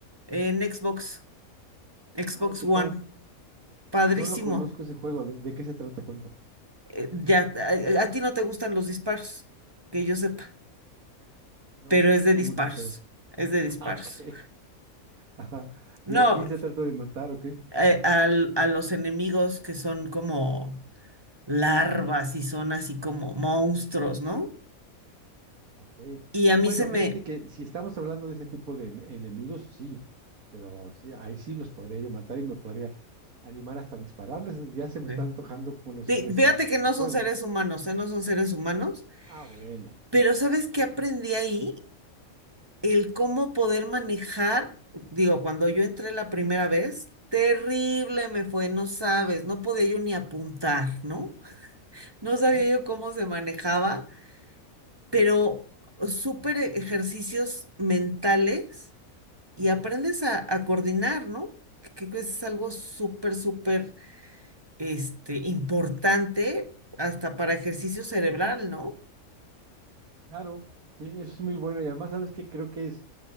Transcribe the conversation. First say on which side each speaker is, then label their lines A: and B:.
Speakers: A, on the right; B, on the right.
A: en Xbox, Xbox
B: Ay, ¿qué
A: One.
B: tal?
A: Padrísimo.
B: No lo conozco ese juego. ¿De, de qué se trata? Cuéntame.
A: Eh, ya, a, a ti no te gustan los disparos, que yo sepa,
B: No,
A: pero es de
B: no
A: disparos.
B: mucho, pero. <laughs>
A: Es de disparos.
B: Ah, ok. Ajá.
A: No,
B: ¿Y a quién se trata de matar o qué?
A: eh, al- a los enemigos que son como larvas y son así como monstruos, ¿no?
B: Ok.
A: Y a mí
B: Bueno,
A: se me...
B: fíjate que si estamos hablando de ese tipo de em- enemigos, sí. Pero sí, ahí sí los podría yo matar y me podría animar hasta dispararles. Ya se me
A: Sí.
B: está antojando conocer
A: Sí,
B: ese,
A: fíjate que
B: ese
A: no
B: juego.
A: son seres humanos, ¿eh? No son seres humanos,
B: Ah, bueno.
A: pero ¿sabes qué aprendí ahí? El cómo poder manejar, digo, cuando yo entré la primera vez, terrible me fue, no sabes, no podía yo ni apuntar, ¿no? No
B: Ajá.
A: sabía yo cómo se manejaba, pero súper e, ejercicios mentales y aprendes a, a coordinar, ¿no? Que, que es algo súper, súper, este, importante hasta para ejercicio cerebral, ¿no?
B: Claro. Sí, eso es muy bueno. Y además, ¿sabes qué? Creo que es.